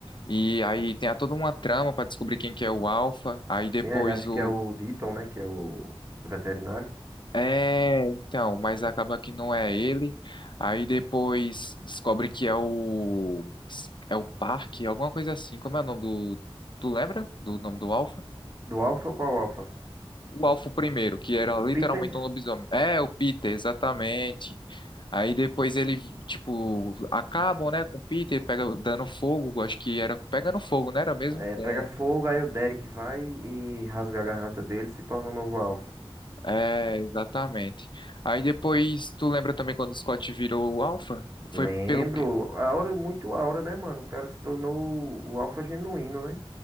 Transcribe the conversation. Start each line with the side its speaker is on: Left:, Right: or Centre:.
Left: E aí tem a- toda uma trama pra descobrir quem que é o Alpha. Aí depois
Right: Sim, ele acha que
Left: o
Right: é o Deaton, né? Que é o veterinário.
Left: É, então, mas acaba que não é ele. Aí depois descobre que é o é o Parque, alguma coisa assim. Como é o nome do Tu lembra do nome do Alpha?
Right: Do Alpha, qual Alpha?
Left: O Alpha primeiro, que era
Right: O
Left: literalmente
Right: Peter
Left: um lobisomem. É, o Peter, exatamente. Aí depois ele, tipo, acabam, né, com o Peter, pega dando fogo, acho que era pegando fogo, né, era mesmo
Right: é,
Left: com
Right: pega fogo, aí o Derek vai e rasga a garganta dele e se torna o novo Alpha.
Left: É, exatamente. Aí depois, tu lembra também quando o Scott virou o Alpha?
Right: Lembro.
Left: Foi pelo
Right: A Aura, muito Aura, né, mano? O cara se tornou o Alpha genuíno, né?